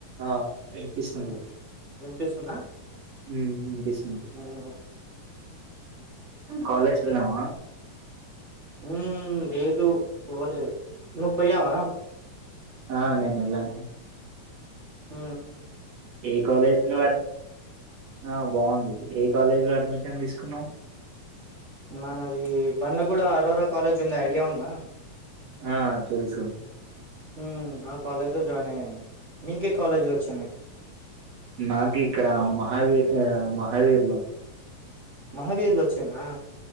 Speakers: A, on the right; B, on the right.
A: ఆ వినిపిస్తుంది
B: హ్మ్ వినిపిస్తుందా?
A: ఉ వినిపిస్తుంది
B: హ్మ్
A: కాలేజ్ కి పోయినవా
B: ఊ లేదు పోలేదు నువ్ పోయినవా
A: ఆ నేను ఎల్లనూ
B: ఊ
A: ఏ కాలేజ్ లో ఆ బాగుంది ఏ కాలేజీలో అడ్మిషన్ తీసుకున్నావు
B: మనది బండగూడ అరోరా కాలేజ్ ఉంది ఐడియా ఉందా
A: ఆ తెలుసు
B: హ్మ్ ఆ కాలేజ్ లో జాయిన్ అయ్యాను నీకే కాలేజీలు వచ్చినాయి.
A: నాకు ఇక్కడ మహావీర్ మహావీర్ లో
B: మహావీర్లు వచ్చిందా